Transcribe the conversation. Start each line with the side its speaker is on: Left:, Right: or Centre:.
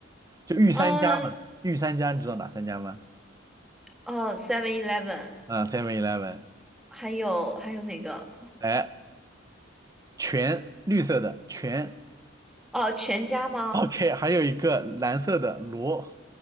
Right: 就御三家嘛，
Centre: 嗯，
Right: 御三家你知道哪三家吗？
Centre: 哦，Seven Eleven。
Right: 啊，Seven Eleven，
Centre: 还有还有哪个？
Right: 哎，全绿色的全
Centre: 哦，全家吗？
Right: ，OK，还有一个蓝色的罗，